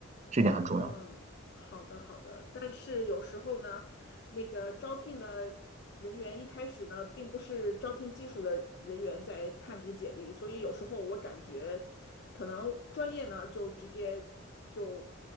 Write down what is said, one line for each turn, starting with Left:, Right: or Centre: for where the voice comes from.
Right: 这点很重要。
Left: 嗯，好的好的，但是有时候呢，那个招聘的人员一开始呢，并不是招聘技术的人员在看这个简历，所以有时候我感觉，可能专业呢就直接就